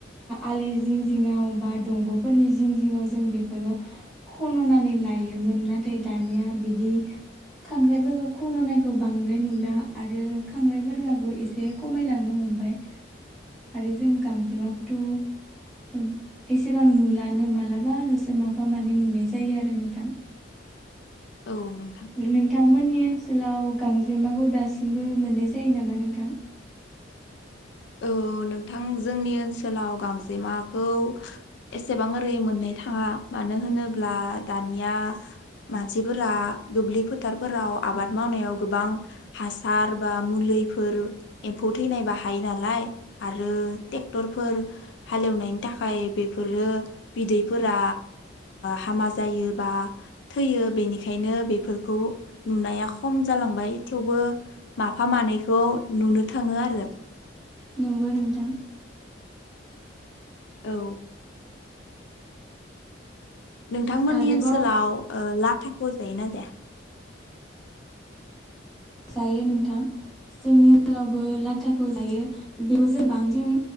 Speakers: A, in the centre; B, on the left.
A: आलि जिं जिङाव बा दंग'फोरनि जिं जिङाव जों बेफोरखौ खन'नानै लायोमोन नाथाय दानिया बिदि खांख्राइफोरखौ खन'नायखौ बांद्राय नुला आरो खांख्राइफोराबो एसे खमायलांनो हमबाय। आरो जों गांजेमाखौथ' एसेबां नुलानो मालाबाल'सो माफा मानै नुनाय जायो आरो नोंथां।
B: औ नोंथां।
A: नोंथांमोननि ओनसोलाव गांजेमाखौ दासिमबो मोननाय जायो नामा नोंथां?
B: औ नोंथां जोंनि ओनसोलाव गांजेमाखौ एसेबां ओरै मोननो थाङा मानो होनोब्ला दानिया मानसिफोरा दुब्लि फोथारफोराव आबाद मावनायाव गोबां हासार बा मुलिफोर एम्फौ थैनाय बाहायो नालाय नालाय आरो टेक्टरफोर हालेवनायनि थाखाय बेफोरो बिदैफोरा हामा जायो बा थैयो बेनिखायनो बेफोरखौ नुनाया खम जालांबाय थेवबो माफा मानैखौ नुनो थाङो आरो।
A: नंगौ नोंथां।
B: औ नोंथांमोननि
A: आरोबाव
B: ओनसोलाव ओ लाख थास जायो ना जाया
A: जायो नोंथां जोंनि ओनसोलावबो लाथाखौ जायो बेखौ जों बांसिन